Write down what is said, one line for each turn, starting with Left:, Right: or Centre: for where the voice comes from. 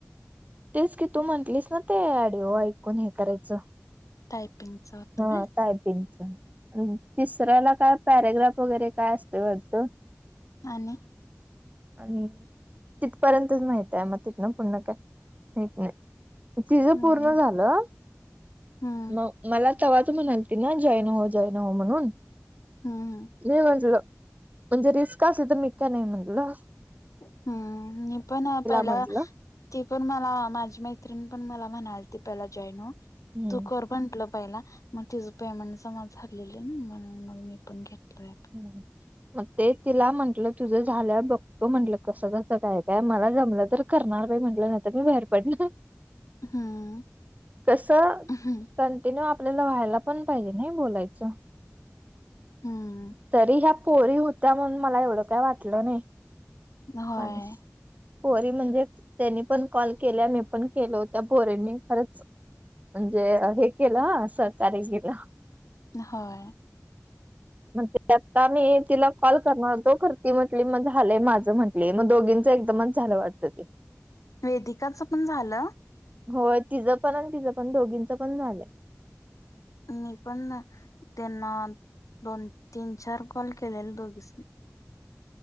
Right: तेच की तू म्हटलीस ना ते ऐकून हे ऑडिओ ऐकून हे करायचं.
Left: टाईपिंगचा होत
Right: हा
Left: काय
Right: टायपिंगच तिसऱ्याला काय पॅरेग्राफ वगैरे काय असतं वाटतं.
Left: आणि.
Right: आणि तिथपर्यंतच माहित आहे, मग तिथ ना पुढणं काय माहित नाही. तिचं
Left: हम्म
Right: पूर्ण झालं,
Left: हम्म
Right: म मला तवा तू म्हणली होती ना, जॉईन हो जॉईन हो म्हणून.
Left: हम्म
Right: मी म्हणचलो. म्हणजे रिस्क असली तर मीच का नई म्हटलो.
Left: हम्म मी पण पहिला.
Right: म्हंटलं
Left: ती पण मला माझी मैत्रीण पण मला म्हणालती जॉईन हो,
Right: हम्म.
Left: तू कर म्हटलं पहिला मग तिचं पेमेंट जमा झालेलं, नई म्हणून मग मी पण घेतलय
Right: बर. मग ते तिला म्हंटलं तुझं झाल्या बघतो म्हंटलं कसं कसं काय काय, मला जमलं तर करणार बाई म्हटलं नंतर मी बाहेर पडनार
Left: हम्म
Right: कसं
Left: हम्म
Right: कंटिन्यू आप आपल्याला व्हायला पण पाहिजे नई बोलायचं.
Left: हम्म.
Right: तरी ह्या पोरी होत्या म्हणून मला एवढं काय वाटलं नाही,
Left: होय
Right: पाणी. पोरी म्हणजे त्यांनी पण कॉल केल्या मी पण केलं होत्या पोरीनी खरंच म्हणजे हे केलं असं तरीस घेतलं
Left: होय.
Right: मग ते आता मी तिला कॉल करणार होतो, खर म्हटली मग झालंय माझं म्हंटली, मग दोघींचं एकदमच. झालं वाटतं ते
Left: वेदिकाच पण झालं.
Right: होय तिचं पण आणि तिचं पण दोघींचं पण झालंय.
Left: मी पण त्यांना दोन तीन चार कॉल केलेल दोघीसनी.